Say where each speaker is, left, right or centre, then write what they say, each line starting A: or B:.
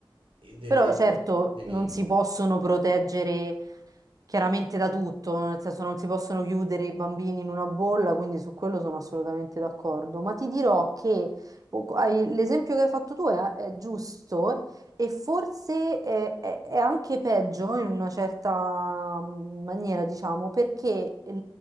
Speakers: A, on the right; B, on the right.
A: e deve...
B: Però certo
A: Dimmi,
B: non
A: dimmi.
B: si possono proteggere chiaramente da tutto, nel senso non si possono chiudere i bambini in una bolla, quindi su quello sono assolutamente d'accordo. Ma ti dirò che poco- hai- l'esempio che hai fatto tu è, è giusto e forse è, è- è anche peggio in una certa mm, maniera, diciamo, perché il,